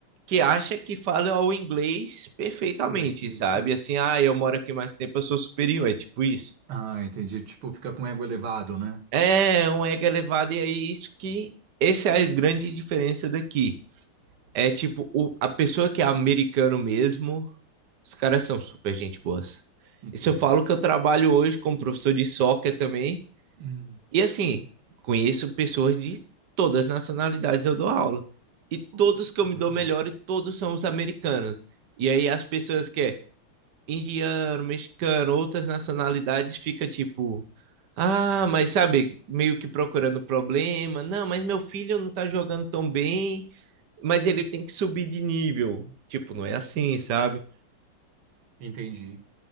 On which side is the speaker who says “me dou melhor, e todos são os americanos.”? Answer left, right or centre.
Right